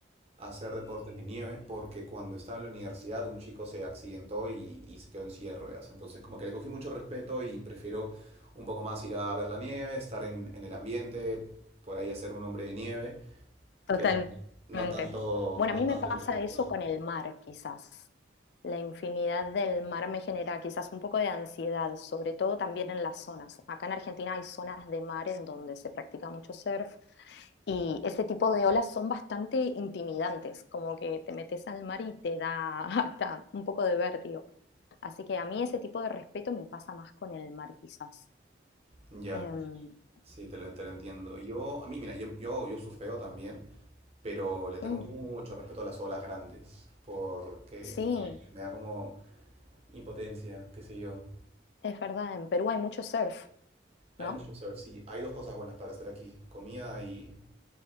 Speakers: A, on the right (about 30°); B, on the left (about 60°).
A: hacer deportes de nieve porque cuando estaba en la universidad un chico se accidentó y, y se quedó en silla de ruedas. Entonces como que le cogí mucho respeto y prefiero un poco más ir a ver la nieve, estar en, en el ambiente, por ahí hacer un hombre de nieve,
B: totalmente.
A: pero no tanto,
B: Bueno,
A: no
B: a mí
A: tanto
B: me pasa
A: el deporte.
B: eso con el mar, quizás. La infinidad del mar me genera quizás un poco de ansiedad, sobre todo también en las zonas. Acá en Argentina hay zonas de mar en donde se practica mucho surf y ese tipo de olas son bastante intimidantes, como que te metes al mar y te da <laughs> hasta un poco de vértigo. Así que a mí ese tipo de respeto me pasa más con el mar, quizás.
A: Ya,
B: Em,
A: sí, te lo, te lo entiendo. Yo, a mí, mira, yo, yo, yo surfeo también, pero le tengo
B: mm,
A: mucho respeto a las olas grandes porque,
B: sí,
A: no sé, me da como impotencia, qué sé yo.
B: es verdad, en Perú hay mucho surf.
A: Hay
B: ¿no?
A: mucho surf, sí. Hay dos cosas buenas para hacer aquí. Comida y,